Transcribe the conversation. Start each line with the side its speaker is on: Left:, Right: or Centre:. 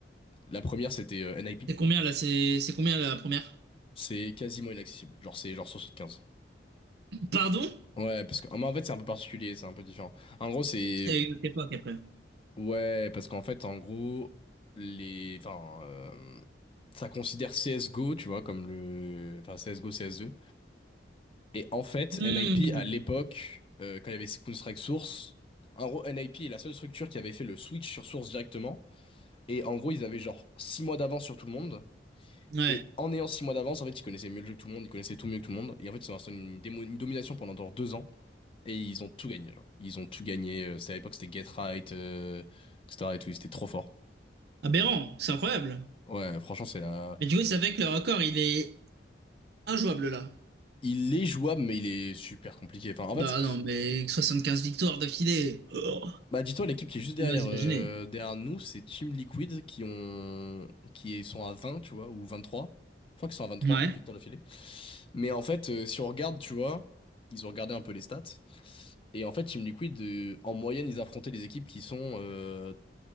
Left: La première, c'était euh, NIP.
Right: C'est combien là? C'est c'est combien la première?
Left: C'est quasiment inaccessible. Genre, c'est genre 75.
Right: Pardon?
Left: Ouais, parce que, mais en fait, c'est un peu particulier, c'est un peu différent. En gros, c'est,
Right: C'est une autre époque après.
Left: ouais, parce qu'en fait, en gros, les, enfin, euh, ça considère CSGO, tu vois, comme le, enfin, CSGO, CS2. Et en fait,
Right: Hmm.
Left: NIP, à l'époque, euh, quand il y avait Counter-Strike Source, en gros, NIP est la seule structure qui avait fait le switch sur Source directement. Et en gros, ils avaient genre 6 mois d'avance sur tout le monde.
Right: Ouais.
Left: Et en ayant six mois d'avance, en fait, ils connaissaient mieux le jeu que tout le monde, ils connaissaient tout mieux que tout le monde. Et en fait, ils ont installé une, démo- une domination pendant genre deux ans. Et ils ont tout gagné, genre. Ils ont tout gagné. euh, C'était à l'époque, c'était Get Right, euh, etc. et tout. Ils étaient trop forts.
Right: Aberrant,
Left: Et
Right: c'est incroyable.
Left: ouais, franchement, c'est la...
Right: Mais du coup, ça fait que le record, il est injouable là.
Left: Il est jouable, mais il est super compliqué. Enfin, en
Right: Bah
Left: fait,
Right: non, mais 75 victoires d'affilée. Oh,
Left: bah, dis-toi, l'équipe qui est juste derrière,
Right: j'ose
Left: euh,
Right: imaginer.
Left: derrière nous, c'est Team Liquid qui ont, qui sont à 20, tu vois, ou 23. Je crois qu'ils sont à vingt-trois
Right: Ouais.
Left: Victor d'affilée. Mais en fait, euh, si on regarde, tu vois, ils ont regardé un peu les stats. Et en fait, Team Liquid, euh, en moyenne, ils affrontaient des équipes qui sont euh,